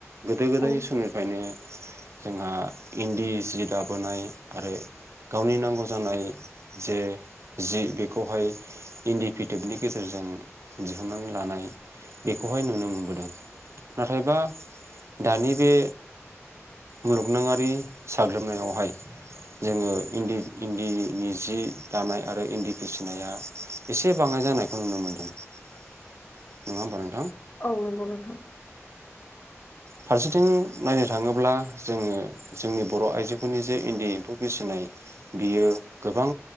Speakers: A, on the right; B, on the left.
A: गोदो गोदाय
B: औ
A: सु निफ्रायनो जोंहा इन्दि सि दाबोनाय आरो गावनि नांगौ जानाय जे जि बेखौहाय इन्दि फिथोबनि गेजेरजों दिहुननानै लानाय बेखौहाय नुनो मोनबोदों नाथायबा दानि बे मुलुगनङारि साग्लोबनायावहाय जोङो इन्दि इन्दिनि जि दानाय आरो इन्दि फिसिनाया एसे बाङाय जानायखौ नुनो मोन्दों नङा होमबा नों
B: औ नंगौ नोंथां।
A: फारसेथिं नायनो थाङोब्ला जोङो जोंनि बर' आइजोफोरनि जे इन्दि एम्फौ फिसिनाय बियो गोबां